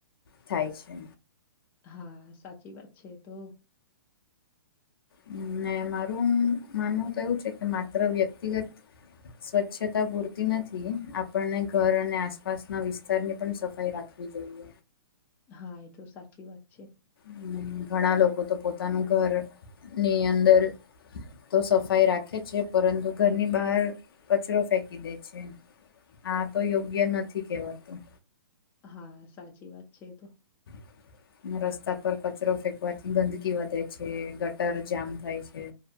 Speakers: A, on the left (about 70°); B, on the left (about 15°).
A: થાય છે.
B: હા સાચી વાત છે એ તો.
A: હમ્મ. ને મારું માનવું તો એવું છે કે માત્ર વ્યક્તિગત સ્વચ્છતા પૂરતી નથી, આપણને ઘર અને આસપાસના વિસ્તારની પણ સફાઈ રાખ <unintelligible>
B: હા એ તો સાચી વાત છે.
A: હમ્મ. ઘણા લોકો તો પોતાનું ઘરની અંદર તો સફાઈ રાખે છે, પરંતુ ઘરની બહાર કચરો ફેંકી દે છે. હા તો યોગ્ય નથી કહેવાતું.
B: હા સાચી વાત છે એ તો.
A: <inaudible> અને રસ્તા પર કચરો ફેંકવાથી ગંદકી વધે છે, ગટર જામ થાય છે.